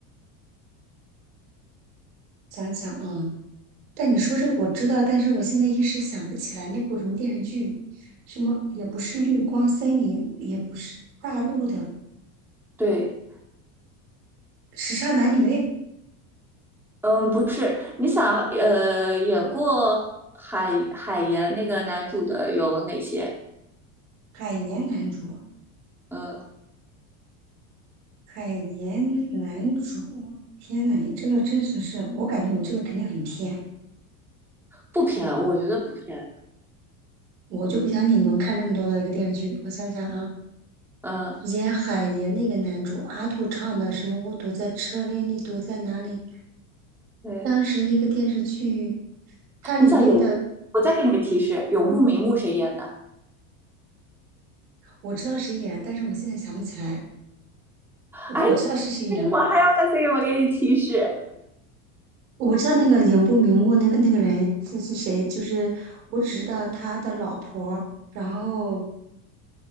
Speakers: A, on the right; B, in the centre.
A: 想想啊，但你说这个我知道，但是我现在一时想不起来那部什么电视剧，什么也不是绿光森林，也不是大陆的
B: 对，
A: 时尚男女，
B: 嗯，不是，你想，呃，演过海海岩那个男主的有哪些？
A: 海盐男主，
B: 嗯，
A: 海盐男主。天呐，你这个真的是，我感觉你这个肯定很偏。
B: 不偏，我觉得不偏。
A: 我就不相信你能看这么多的一个电视剧。我想想啊，
B: 嗯，
A: 演海岩那个男主阿杜唱的什么“我躲在车里，你躲在哪里”，
B: 对，
A: 当时一个电视剧，它里面的
B: 你想永，我再给你个提示，永不瞑目谁演的？
A: 我知道谁演了，但是我现在想不起来。我知道是谁演了，
B: 哎，我还要再次给我给你提示。
A: 我知道那个影不瞑目那个那个人是是谁，就是我只知道他的老婆。然后